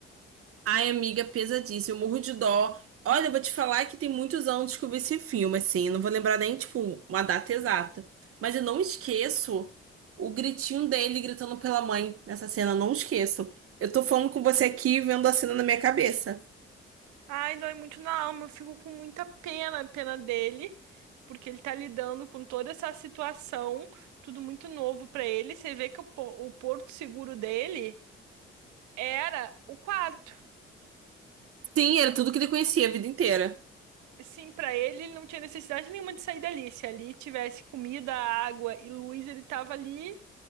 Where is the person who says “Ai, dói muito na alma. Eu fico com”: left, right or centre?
Right